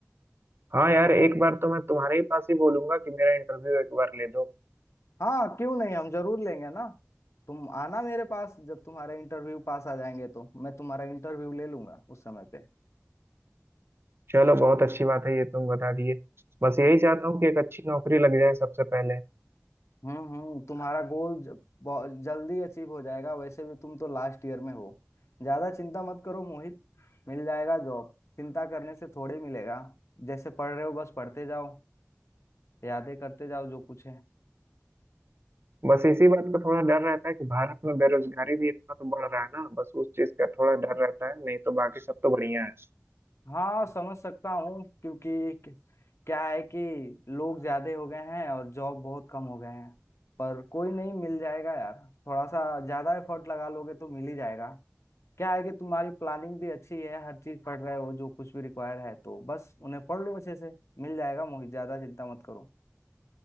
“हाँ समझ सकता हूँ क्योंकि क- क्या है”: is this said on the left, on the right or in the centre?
Left